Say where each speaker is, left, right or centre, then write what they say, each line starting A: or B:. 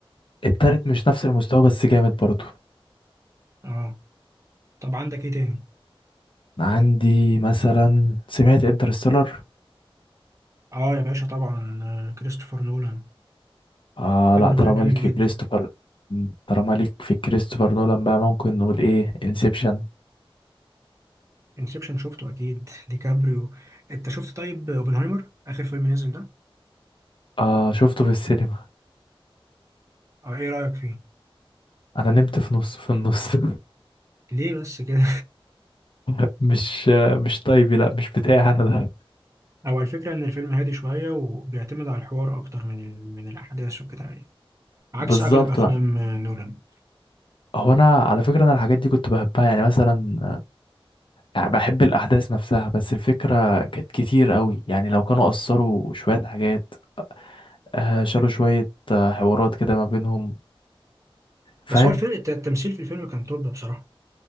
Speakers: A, on the left; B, on the right.
A: التالت مش نفس المستوى بس جامد برضو
B: اه طب عندك ايه تاني
A: عندي مثلا سمعت انترستيلر
B: اه يا باشا طبعا آه، كريستوفر نولان
A: آه
B: الفيلم
A: لا طالما
B: ده جامد
A: ليك في
B: جدا
A: كريستوفر مم، طالما ليك في كريستوفر نولان بقى ممكن نقول ايه انسبشن
B: انسبشن شفته اكيد <laughs> ديكابريو انت شفت طيب اوبنهايمر اخر فيلم نزل ده
A: آه شفته في السينما
B: او ايه رايك فيه
A: انا نمت في نص في النص
B: ليه بس كده
A: <laughs> مش مش طيبي لا مش بتاعي انا ده
B: او الفكره ان الفيلم هادي شويه وبيعتمد على الحوار اكتر من ال... من الاحداث وكده يعني عكس
A: بالظبط
B: اغلب افلام
A: بقى
B: آه، نولان
A: هو انا على فكره انا الحاجات دي كنت بحبها يعني مثلا يعني بحب الاحداث نفسها بس الفكره كانت كتير قوي يعني لو كانوا قصروا شويه حاجات آه شالوا شويه آه حوارات كده ما بينهم فاهم
B: بس هو الفيلم الت- التمثيل في الفيلم كان توب بصراحه